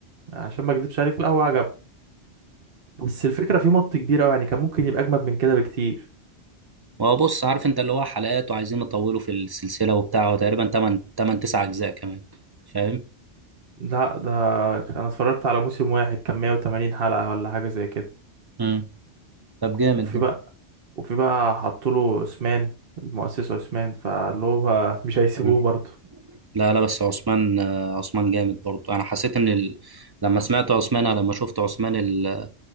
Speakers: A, on the right; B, on the right.
A: عشان ما اكدبش عليك لا هو عجبني بس الفكرة فيه مط كبير أوي يعني كان ممكن يبقى أجمد من كده بكتير
B: هو بص عارف انت اللي هو حلقات وعايزين يطولوا في السلسله وبتاع هو تقريبا 8 8 9 اجزاء كمان فاهم
A: لا ده أنا اتفرجت على موسم واحد كان 180 حلقة ولا حاجة زي كده
B: مم. طب جامد
A: وفي
B: ده
A: بقى وفي بقى حطوله عثمان المؤسس عثمان فاللي هو مش هيسيبوه
B: مم.
A: برضه
B: لا لا بس عثمان آه، عثمان جامد برضه انا حسيت ان ال... لما سمعت عثمان أنا لما شفت عثمان ال...